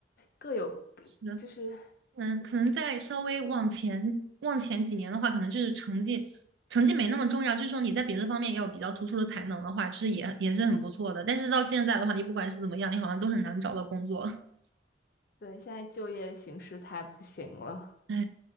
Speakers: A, on the left; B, on the right.
A: 各有
B: 是。
A: 就是
B: 嗯，可能再稍微往前往前几年的话，可能就是成绩成绩没那么重要，就是说你在别的方面也有比较突出的才能的话，就是也也是很不错的。但是到现在的话，你不管是怎么样，你好像都很难找到工作。<laughs>
A: 对，现在就业形势太不行了，
B: 哎